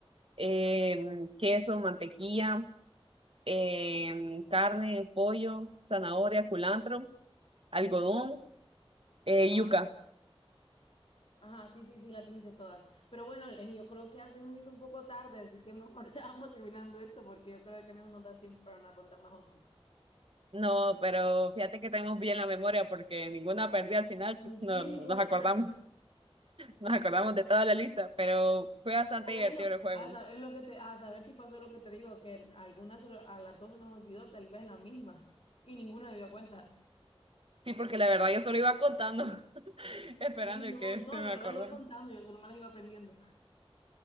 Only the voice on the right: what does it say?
em, queso, mantequilla, em, carne, pollo, zanahoria, culantro, algodón, eh,
yuca.
No, pero fíjate que tenemos bien la memoria porque ninguna perdí al final.
<laughs> No, nos
acordamos,
nos acordamos de toda la lista, pero fue bastante
divertido
el juego.
Sí, porque la verdad yo solo iba contando. <laughs> Esperando
que
se me
acorde.